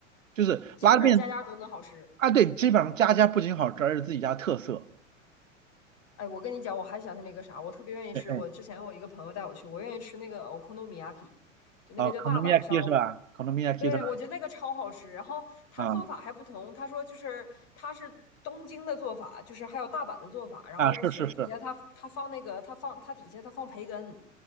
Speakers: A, on the right (about 80°); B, on the left (about 40°).
A: 就是拉面
B: 基本上家家都能好吃。
A: 啊，对，基本上家家不仅好吃，而且自己家特色。
B: 哎，我跟你讲，我还想起那个啥，我特别愿意吃。
A: 哎哎，
B: 我之前我一个朋友带我去，我愿意吃那个 o k o n o m i a k i 就那个叫大阪烧。
A: 啊，konomiyaki 是吧？konomiyaki
B: 对，
A: 是吧？
B: 我觉得那个超好吃。然后他做法还不同，
A: 啊
B: 他说就是他是东京的做法，就是还有大阪的做法，然后是底下他他放那个他放他底下他放培根，
A: 啊，是是是，